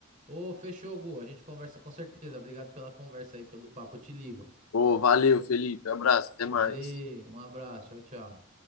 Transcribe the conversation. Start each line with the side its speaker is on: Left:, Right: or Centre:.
Right: Ô, fechou, Gu. A gente conversa com certeza. Obrigado pela conversa aí, pelo papo. Eu te ligo.
Left: Ô, valeu, Felipe. Abraço, até
Right: Valeu,
Left: mais.
Right: um abraço. Tchau, tchau.